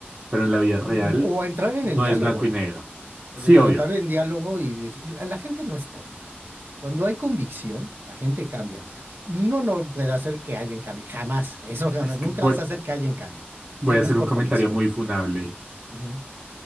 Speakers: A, on the right; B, on the right.
A: Pero en la vida
B: O,
A: real
B: o- o entrar en
A: no
B: el diálogo,
A: es blanco y negro.
B: de
A: Sí,
B: tratar
A: obvio.
B: en diálogo y decir, la, la gente no es tonta. Cuando hay convicción, la gente cambia. No, no puede hacer que alguien cambie, jamás, eso jamás.
A: Es
B: Nunca
A: que voy,
B: vas a hacer que alguien cambie,
A: voy
B: si no
A: a hacer
B: es por
A: un comentario
B: convicción.
A: muy funable.
B: Ujú.